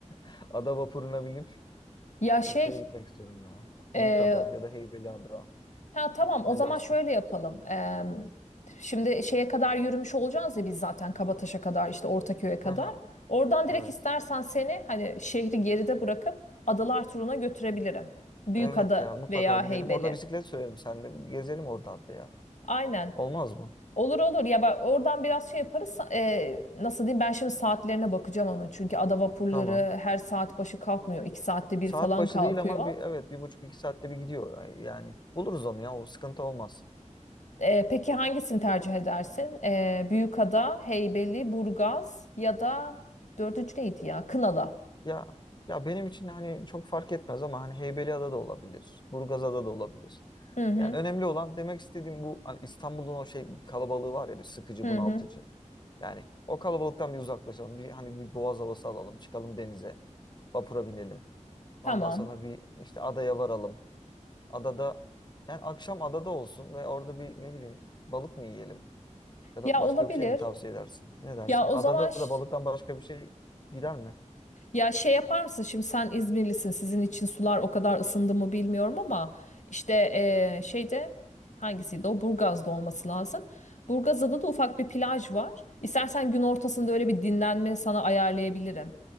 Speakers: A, on the left; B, on the left.
A: <laughs> ada vapuruna binip
B: Ya şey
A: şeye gitmek istiyorum ya.
B: e,
A: Büyükada ya da Heybeliada.
B: Ha tamam o
A: Ne
B: zaman
A: dersin?
B: şöyle yapalım. Eee, şimdi şeye kadar yürümüş olacağız ya biz zaten Kabataş'a kadar işte Ortaköy'e kadar.
A: Hı hı.
B: Oradan direkt
A: Evet.
B: istersen seni hani şehri geride bırakıp adalar turuna götürebilirim. Büyükada
A: Evet ya mutlaka
B: veya
A: gidelim.
B: Heybeli.
A: Orada bisiklet sürelim seninle. Bir Gezelim oralarda ya.
B: Aynen.
A: Olmaz mı?
B: Olur olur ya bak oradan biraz şey yaparız. Eee, nasıl diyeyim ben şimdi saatlerine bakacağım onun. Çünkü ada vapurları
A: Tamam.
B: her saat başı kalkmıyor. iki saatte bir
A: Saat
B: falan
A: başı
B: kalkıyor.
A: değil ama bir evet bir buçuk iki saatte bir gidiyor yani. Buluruz onu ya o sıkıntı olmaz.
B: Ee, peki hangisini tercih edersin? Ee, Büyükada, Heybeli, Burgaz ya da dördüncü neydi ya? Kınalı.
A: Ya ya benim için hani çok fark etmez ama hani Heybeliada da olabilir. Burgazada da olabilir.
B: Hı hı.
A: Yani önemli olan demek istediğim bu hani İstanbul'un o şey bu kalabalığı var ya bir sıkıcı
B: Hı
A: bunaltıcı.
B: hı.
A: Yani o kalabalıktan bir uzaklaşalım. Bir hani bir boğaz havası alalım. Çıkalım denize. Vapura binelim.
B: Tamam.
A: Ondan sonra bir işte adaya varalım. Adada yani akşam adada olsun ve orada bir ne bileyim balık mı yiyelim? Ya da
B: Ya
A: başka
B: olabilir.
A: bir şey mi tavsiye edersin? Ne dersin?
B: Ya o
A: Adada
B: zaman ş-
A: da balıktan başka bir şey gider mi?
B: ya şey yapar mısın? Şimdi sen İzmirlisin. Sizin için sular o kadar ısındı mı bilmiyorum ama işte ee, şeyde hangisiydi o? Burgaz'da olması lazım. Burgaz'da da ufak bir plaj var. İstersen gün ortasında öyle bir dinlenme sana ayarlayabilirim.